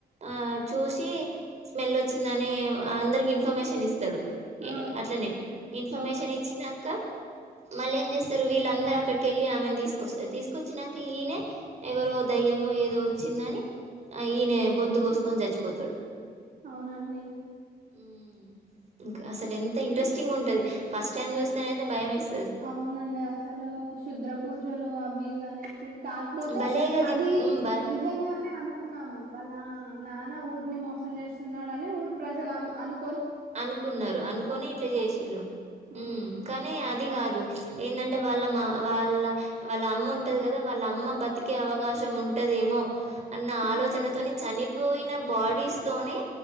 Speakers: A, on the right; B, on the right.
A: ఆ చూసి స్మెల్ వొ చ్చిందని అందరికి ఇన్ఫ ర్మేషన్ ఇస్ త్తడు
B: ఆ!
A: అట్లనే ఇన్ఫర్మేషన్
B: అవును.
A: ఇచ్చినంక మళ్ళీ ఏం చేస్తారు వీళ్ళందరూ అక్కడికి ఎళ్ళి ఆమెను తీసుకొస్తారు తీసుకొచ్చినంక ఈయనే ఎవరో దయ్యమో ఏదో వచ్చిందని ఆ ఈయనే గొంతు గోసుకొని చచ్చిపోతాడు
B: అవునండి.
A: ఊమ్ ఇంకా అసలు ఎంత ఇంట్రెస్టింగ్ ఉంటది ఫస్ట్ టైమ్ చూస్తేనయితే భయం ఎస్
B: అవునండి అసలు క్షుద్ర పూజలు అవి ఇవి అనేసి కాకపోతే
A: భలేగా దిప్
B: అది
A: ఉమ్ బ
B: నిజంగానే అనుకున్నాము వాళ్ళ నాన్న ఊరు ని మోసం చేస్తున్నాడని ఊరు ప్రజలం అను
A: అనుకున్నారు అనుకొని ఇట్లా జెషిల్లు
B: హ్మ్.
A: ఊమ్ కానీ అ ది గాదు ఏంటంటే వాళ్ళ మా వాళ్ళ వాళ్ళ అమ్మ ఉంటది కదా వాళ్ళ అమ్మ బతికే అవకాశం ఉంటదేమో అన్న ఆలోచనతోని
B: హ్మ్.
A: చని పోయిన బాడీస్ తోనే